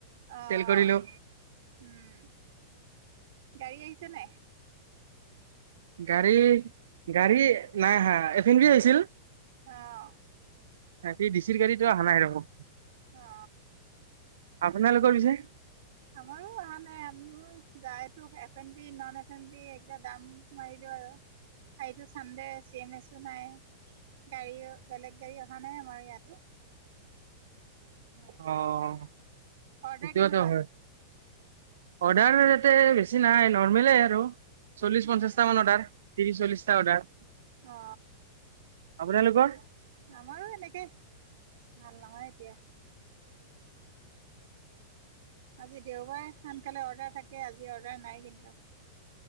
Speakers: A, on the right (about 65°); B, on the right (about 80°).
A: অ',
B: চেল কৰিলো।
A: উম, গাড়ী আহিছে নাই?
B: গাড়ী-গাড়ী নাই আহা, এদিনহে আহিছিল।
A: অহ
B: তাকে, ডিচিৰ গাড়ীটো অহা নাই ৰব,
A: অ,
B: আপোনালোকৰ
A: গুচি
B: পিছে
A: গল, আমাৰো অহা নাই মোৰ যায়তো এফ এন বি ন এইকেইটা দাম মাৰিলো আৰু এটো চানডে চি এম এছো নাই, গাড়ী বেলেগ গাড়ী অহা নাই আমাৰ ইয়াতো সেইটোৱে
B: অ'
A: আৰু', অৰ্ডাৰ
B: সেইটোতো
A: কেনেকুৱা?
B: হয় অৰ্ডাৰ ইয়াতে বেছি নাই নৰ্মলে আৰু চল্লিশ
A: উম
B: পঞ্চাশটা মান অৰ্ডাৰ, ত্ৰিশ চল্লিশটা অৰ্ডাৰ,
A: অ
B: আপোনালোকৰ
A: আমাৰো এনেকে ভাল নহয় এতিয়া আজি দেওবাৰ সোনকালে অৰ্ডাৰ থাকে, আজি অৰ্ডাৰ নাই কিন্তু।